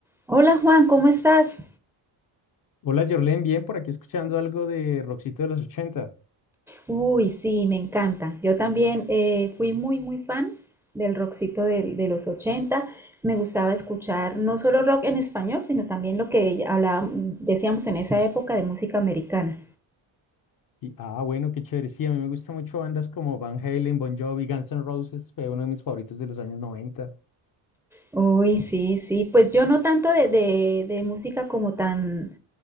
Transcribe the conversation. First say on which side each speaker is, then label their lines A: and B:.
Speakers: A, in the centre; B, on the left (about 45°).
A: Hola Juan, ¿cómo estás?
B: Hola, Jorlen, bien, por aquí escuchando algo de Roxito de los 80.
A: Uy, sí, me encanta. Yo también eh, fui muy, muy fan del rockcito del- de, los 80. Me gustaba escuchar no solo rock en español, sino también lo que hablábamos, decíamos en esa época de música americana.
B: Y, ah, bueno, qué chévere. Sí, a mí me gustan mucho bandas como Van Halen, Bon Jovi, Guns N' Roses, fue uno de mis favoritos de los años 90.
A: Uy, sí, sí. Pues yo no tanto de, de- de música como tan